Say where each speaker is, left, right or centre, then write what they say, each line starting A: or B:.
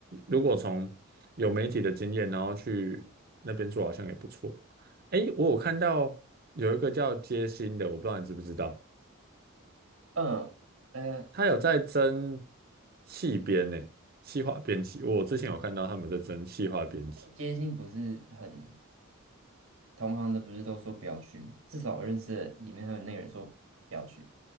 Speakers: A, on the right; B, on the right.
A: 如果从有媒体的经验，然后去那边做，好像也不错。诶，我有看到有一个叫街心的，我不知道你知不知道，
B: 嗯呃，
A: 他有在争气编呢，企化编辑，我之前有看到他们在争企化编辑。
B: 间接性不是很同行的，不是都说不要去吗？至少我认识的里面还有那个人说不要去，